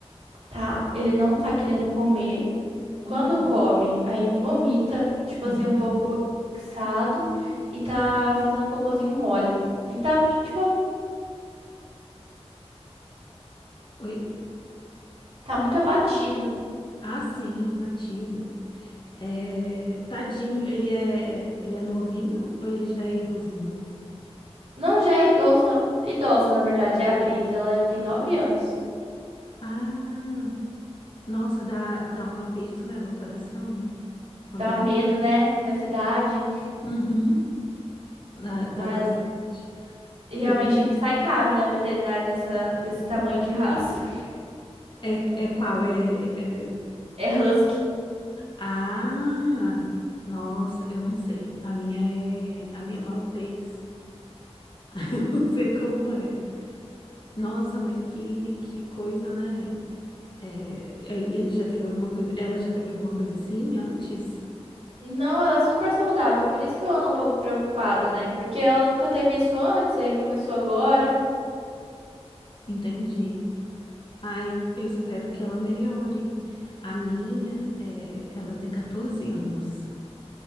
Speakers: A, on the right; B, on the left.
A: Tá, ele não tá querendo comer. Quando
B: Hum,
A: come, aí vomita, tipo
B: uhum.
A: assim, um pouco cansado e tá fazendo um cocôzinho mole. Ele tá, tipo,
B: Oi?
A: tá muito abatido.
B: Ah, sim, abatido. É, tadinho, ele é, ele é novinho ou ele já é idosinho?
A: Não, já é idoso, na- idosa, na verdade, é a Brisa. Ela já tem nove
B: Ah,
A: anos.
B: ah, nossa, dá, dá um aperto, né, no coração quando
A: Dá
B: ele
A: medo,
B: se...
A: né? Nessa idade.
B: Uhum, dá, dá
A: Mas
B: bastante.
A: realmente
B: Eu tenho...
A: sai caro, né? Veterinário nessa, nesse tamanho de raça. <laughs>
B: É, é qual? É, é
A: É husky.
B: Ah, nossa, eu não sei. A minha é a minha é maltês. <laughs> Não sei como é. Nossa, mas que que coisa, né? É, ele ele já teve alguma coisa, ela já teve alguma coisa assim antes?
A: Não, ela é super saudável. Por isso que eu ando um pouco preocupada, né? Porque ela nunca teve isso antes, aí começou agora.
B: Entendi. Ai, eu espero que ela melhore. A minha, é, ela tem 14 anos